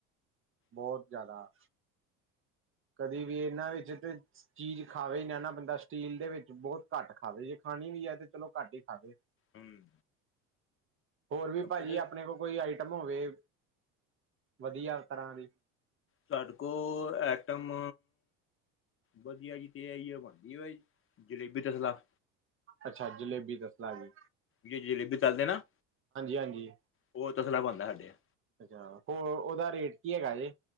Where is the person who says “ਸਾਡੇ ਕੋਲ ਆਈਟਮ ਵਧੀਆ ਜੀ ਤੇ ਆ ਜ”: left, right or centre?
Left